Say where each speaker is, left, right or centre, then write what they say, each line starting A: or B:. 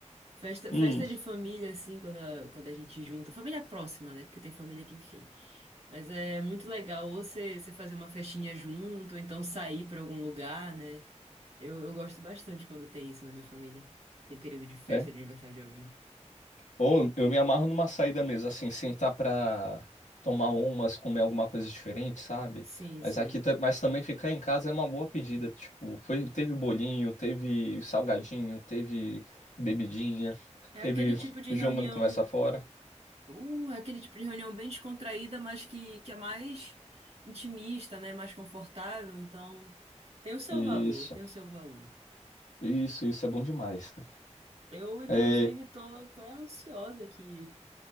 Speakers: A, on the right; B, on the left.
A: Festa,
B: Hum.
A: festa de família, assim, quando a, quando a gente junta. Família próxima, né? Porque tem família que, enfim. Mas é muito legal ou você você fazer uma festinha junto, ou então sair para algum lugar, né? Eu, eu gosto bastante quando tem isso na minha família. Esse período de festa
B: é.
A: de aniversário de alguém.
B: Ou eu me amarro numa saída mesmo, assim, sentar pra tomar umas, comer alguma coisa diferente, sabe?
A: Sim,
B: Mas
A: sim.
B: aqui, ta- mas também ficar em casa é uma boa pedida, tipo, foi, teve bolinho, teve salgadinho, teve bebidinha,
A: É
B: teve
A: aquele tipo de
B: jogando
A: reunião.
B: começa fora.
A: Uh, é aquele tipo de reunião bem descontraída, mas que, que é mais intimista, né? Mais confortável. Então, tem o seu
B: Isso,
A: valor, tem o seu valor.
B: isso, isso é bom demais, cara.
A: Eu, inclusive,
B: É,
A: tô, tô é ansiosa que